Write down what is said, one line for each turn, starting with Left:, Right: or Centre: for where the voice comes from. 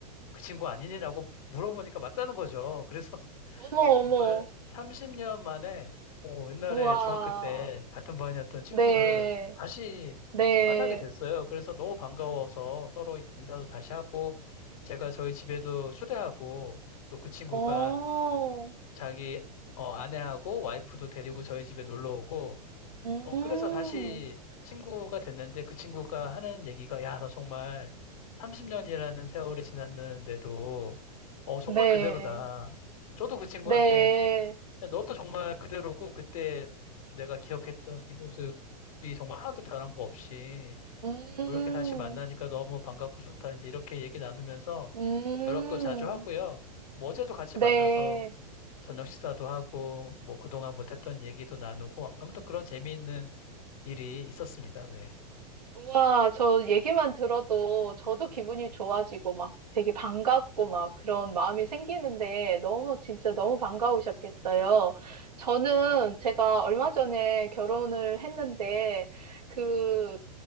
Left: 그 친구 아니니라고 물어보니까 맞다는 거죠. 그래서
Right: 어머,
Left: 정말
Right: 어머.
Left: 30년 만에 어, 옛날에
Right: 우와.
Left: 중학교 때 같은 반이었던 친구를
Right: 네,
Left: 다시
Right: 네.
Left: 만나게 됐어요. 그래서 너무 반가워서 서로 인사도 다시 하고 제가 저희 집에도 초대하고 또 그 친구가
Right: 오
Left: 자기 어, 아내하고 와이프도 데리고 저희 집에 놀러 오고
Right: 음,
Left: 어, 그래서 다시 친구가 됐는데 그 친구가 하는 얘기가 야, 나 정말 30년이라는 세월이 지났는데도 어, 정말
Right: 네,
Left: 그대로다. 저도 그 친구한테
Right: 네.
Left: 근데 너도 정말 그대로고 그때 내가 기억했던 네 모습이 정말 하나도 변한 거 없이
Right: 음,
Left: 어, 이렇게 다시 만나니까 너무 반갑고 좋다. 이제 이렇게 얘기 나누면서
Right: 음,
Left: 연락도 자주 하고요. 뭐 어제도 같이
Right: 네.
Left: 만나서 저녁 식사도 하고 뭐 그동안 못했던 얘기도 나누고 아무튼 그런 재미있는 일이 있었습니다. 네.
Right: 와, 저 얘기만 들어도 저도 기분이 좋아지고 막 되게 반갑고 막 그런 마음이 생기는데 너무 진짜 너무 반가우셨겠어요. 저는 제가 얼마 전에 결혼을 했는데 그